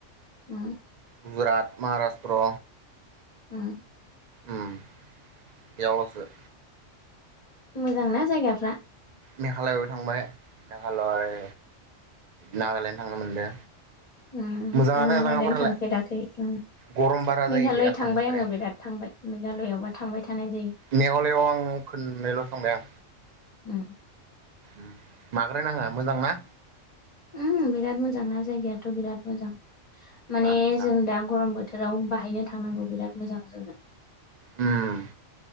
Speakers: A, on the left; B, on the right.
A: उम
B: गुजरात माहाराष्ट्र
A: उम
B: उम बेयावलसो
A: मोजांना जायगाफ्रा
B: मेघालय आव थांबाय मेघालय नागालेण्ड थांनो मोनदो
A: उमहो
B: मोजाङानो
A: आं नागालेण्ड
B: जायगाफोरालाय
A: थांफेराखै उम
B: गरम बारा
A: मेघालय
B: जायोलै आसामनिफ्राय
A: थांबाय आङो बिराद थांबाय मे मेघालयआवबा थांबाय थानाय जायो
B: मेघालयआव आं खोननैल' थांबाय आं
A: उम
B: उम माग्राय नाङा मोजां ना
A: उम बिराद मोजां ना जायगायाथ' बिराद मोजां माने
B: आदसा
A: जों दा गरम बोथोराव बाहायनो थांनांगौ बिराद मोजां जोंनो
B: उम